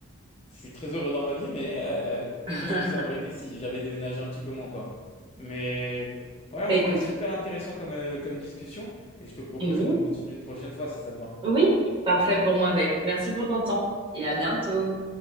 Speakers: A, on the left; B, on the right.
A: je suis très heureux dans ma vie, mais euh, euh,
B: <laughs>
A: qu'est-ce que ça aurait été si j'avais déménagé un petit peu moins, quoi. Mais ouais, en
B: Bah écoute,
A: tout cas, super intéressant comme, euh, comme discussion. Et je te propose
B: eh oui.
A: qu'on continue une prochaine fois si ça te va.
B: Oui, parfait pour moi. Bah écoute, merci pour ton temps et à bientôt.